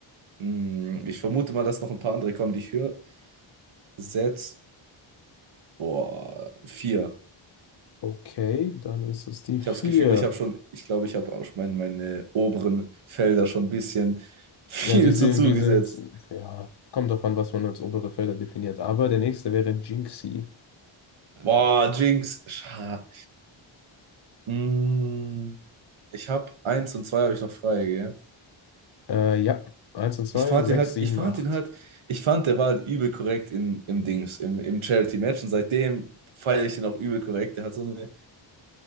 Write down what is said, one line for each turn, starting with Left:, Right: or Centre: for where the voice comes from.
Right: Mh, ich vermute mal, dass noch ein paar andere kommen, die ich höre. Setz. Boah, vier.
Left: Okay, dann ist es die
Right: Ich
Left: vier.
Right: habe das Gefühl, ich habe schon, ich glaube, ich habe auch schon mein, meine oberen Felder schon ein bisschen <laughs> viel
Left: Ja, die sind,
Right: zu zugesetzt.
Left: die sind, ja, kommt drauf an, was man als obere Felder definiert. Aber der nächste wäre Jinxie.
Right: Boah, Jinx. Scha mm, ich habe eins und zwei habe ich noch frei, gell?
Left: Äh, ja, eins und zwei,
Right: Ich fand
Left: sechs,
Right: den halt,
Left: sieben,
Right: ich fand
Left: acht.
Right: ihn halt, ich fand, der war halt übel korrekt in, im Dings, im, im Charity-Match und seitdem feiere ich den auch übel korrekt. Der hat so eine